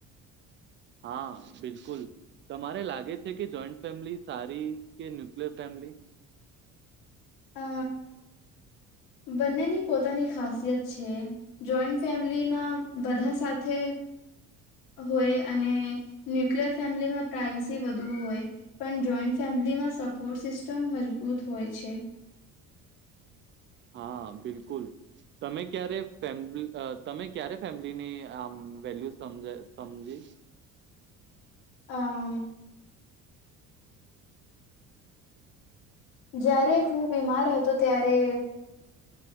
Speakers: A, on the right (about 35°); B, on the left (about 80°).
A: હા બિલકુલ તમારે લાગે છે કે જોઈન્ટ ફેમિલી સારી કે ન્યુક્લિયર ફેમિલી.
B: અ બંનેની પોતાની ખાસિયત છે જોઈન્ટ ફેમિલીમાં બધા સાથે હોય અને ન્યુક્લિયર ફેમિલીમાં પ્રાઇવેસી વધુ હોય પણ જોઈન્ટ ફેમિલીમાં સપોર્ટ સિસ્ટમ મજબૂત હોય છે.
A: હા બિલકુલ તમે ક્યારે ફેમ તમે ક્યારે ફેમિલીની આમ વેલ્યુ સમજ સમજી.
B: હમ. જ્યારે હું બીમાર હતો ત્યારે